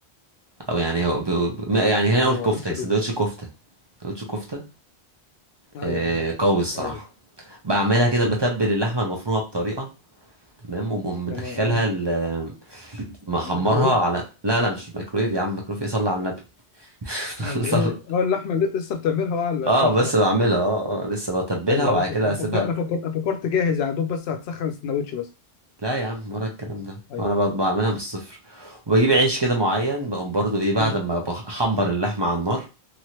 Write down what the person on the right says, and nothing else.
أو يعني هو ب- ب- يعني هنا
نقول كفتة
سندوتش
كفتة سندوتش كفتة
آه،
قوي الصراحة
بعملها كده بتبل اللحمة المفرومة بطريقة تمام وبقوم مدخلها
ال- محمرها
على لا لا مش ميكرويف يا عم ميكرويف ايه صلي على النبي <laughs>
صلي-
اه
بس
بعملها اه اه لسه بتبلها
وبعد
كده
اسيبها
لا يا عم ولا الكلام ده
هو انا ب- بعملها من الصفر وبجيب عيش كده معين بقوم برضو ايه بعد
ما بحمر اللحمة على النار